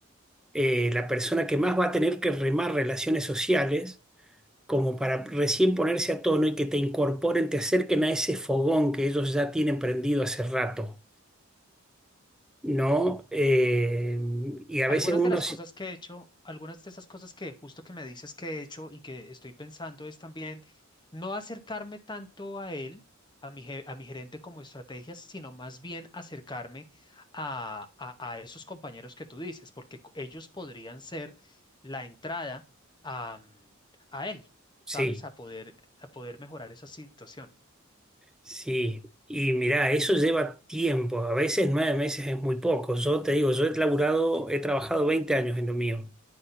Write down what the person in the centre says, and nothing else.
eh, la persona que más va a tener que remar relaciones sociales. como para recién ponerse a tono y que te incorporen, te acerquen a ese fogón que ellos ya tienen prendido hace rato. ¿no? Eh, y a
veces uno,
Sí,
sí. Y mirá, eso lleva tiempo. A veces nueve meses es muy poco. Yo te digo, yo he laburado, he trabajado 20 años en lo mío.